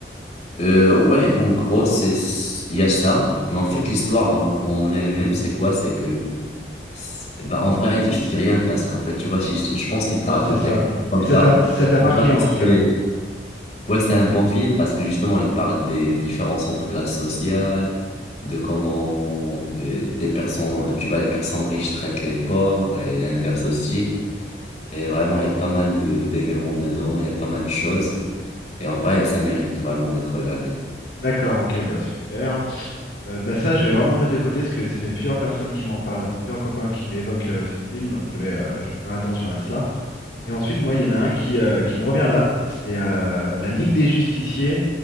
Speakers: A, on the left; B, on the left.
A: Euh,
B: C'est-
A: ouais, en gros, c'est, il y a ça, mais en fait, l'histoire en, en elle-même, c'est quoi? C'est que, c'est- bah, en vrai, je te dis rien parce qu'en fait, tu vois, si je, je pense qu'il
B: Ah,
A: t'a raconté
B: c'est ça.
A: quelque chose comme
B: Mais ça
A: ça,
B: t'a, ça t'a marqué,
A: je vais pas te
B: en
A: spoiler
B: tout cas.
A: Ouais, c'est un bon film parce que justement, il parle des différences entre classes sociales, de comment euh, des personnes, euh, tu vois, les personnes riches traitent les pauvres et l'inverse aussi. Et vraiment, il y a pas mal de d'événements dedans, il y a pas mal de choses. Et en vrai, ça mérite vraiment d'être regardé.
B: D'accord, ok, bah super. Euh, bah ça, je vais vraiment le mettre de côté, parce que ça fait plusieurs personnes qui m'en parlent, plusieurs copains qui m'évoquent euh, ce film, donc je vais, euh, je vais faire attention à cela. Et ensuite, moi, il y en a un qui, euh, qui me revient là, c'est euh, la Ligue des Justiciers